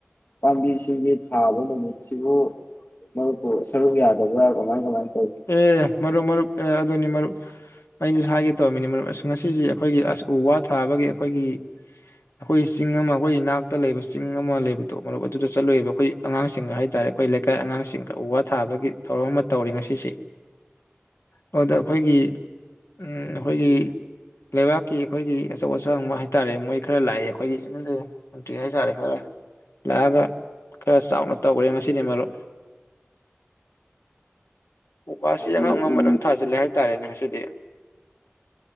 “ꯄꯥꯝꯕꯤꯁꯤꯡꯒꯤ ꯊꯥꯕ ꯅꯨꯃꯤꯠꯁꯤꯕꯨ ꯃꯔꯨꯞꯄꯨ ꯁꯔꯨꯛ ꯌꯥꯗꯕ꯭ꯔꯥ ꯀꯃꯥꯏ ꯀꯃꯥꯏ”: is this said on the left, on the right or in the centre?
Left